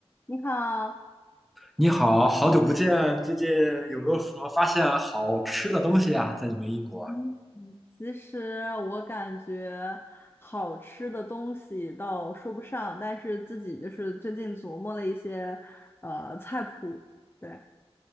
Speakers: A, on the left; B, in the centre.
A: 你好，
B: 你好，好久不见，最近有没有什么发现好吃的东西呀？在你们英国？
A: 嗯，其实我感觉好吃的东西倒说不上，但是自己就是最近琢磨了一些呃菜谱，对